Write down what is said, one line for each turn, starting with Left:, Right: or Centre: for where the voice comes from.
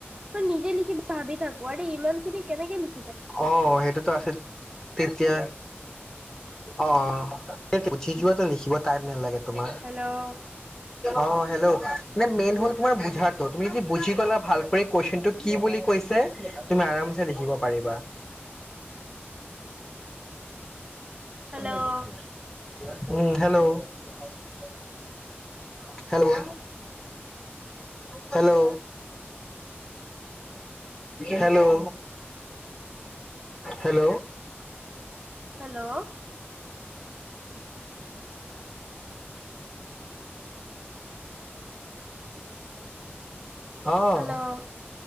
Right: হা নিজে লিখিব। ভাবি থাকো আৰে ইমান খিনি কেনেকে লিখ।
Left: অ সেইটোতো আছিল তেতিয়া। অ উঠি যোৱা লিখিব টাইম নেলাগে। তোমাৰ
Right: হেল্ল'
Left: অ হেল্ল' নে মেইন হল তোমাৰ বুজাটো তুমি যি বুজি গলা ভাল কৈ কুৱেশচনটো কি বুলি। কৈছে, তুমি আৰামছে লিখিব পাৰিবা।
Right: হেল্ল'
Left: <unintelligible> উম hello <unintelligible> hello hello hello hello
Right: hello
Left: অ
Right: হেল্ল'